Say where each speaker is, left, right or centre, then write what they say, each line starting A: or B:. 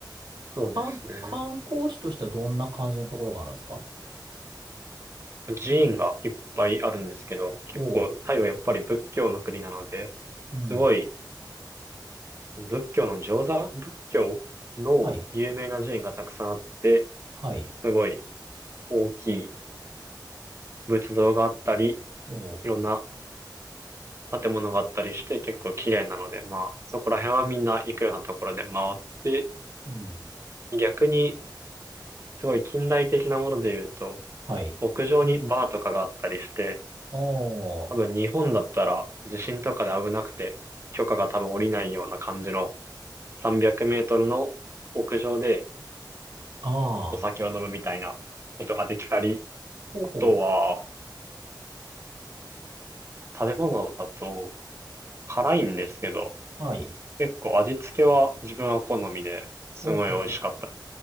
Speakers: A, on the right; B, on the right.
A: そうですね。
B: 観観光地としてはどんな感じのところがあるんですか
A: 寺院がいっぱいあるんですけど、結構タイはやっぱり仏教の国なので、
B: おう。うん。
A: すごい仏教の上座仏教の有名な寺院がたくさんあって、
B: はい。はい。
A: すごい大きい仏像があったり、
B: おう、
A: いろんな建物があったりして結構綺麗なので、まあそこら辺はみんな行くようなところで回って、
B: うん。
A: 逆にすごい近代的なもので言うと、
B: はい。
A: 屋上にバーとかがあったりして、
B: お
A: 多分日本だったら地震とかで危なくて、
B: ー、
A: 許可が多分下りないような感じの300メートルの屋上で
B: ああ、
A: お酒を飲むみたいなことができたり、
B: ほうほう。
A: あとは、食べ物だと辛いんですけど、
B: はい。
A: 結構味付けは自分は好みですごい美味しかった。
B: ほうほうほ